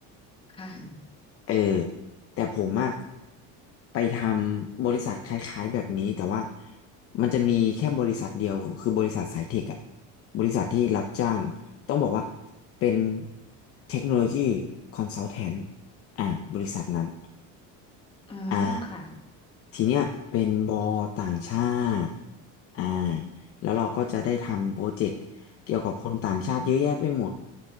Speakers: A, on the left (about 15°); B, on the left (about 45°).
A: ค่ะ
B: เออแต่ผมอะไปทำบริษัทคล้ายๆแบบนี้แต่ว่ามันจะมีแค่บริษัทเดียวคือบริษัทสายเทคอะบริษัทที่รับจ้างต้องบอกว่าเป็นเทคโนโลยีคอนซัลแทนอ่าบริษัทนั้น
A: อ๋อ
B: อ่า
A: ค่ะ
B: ทีเนี้ยเป็นบอต่างชาติอ่าแล้วเราก็จะได้ทำโปรเจกต์ เกี่ยวกับคนต่างชาติเยอะแยะไปหมด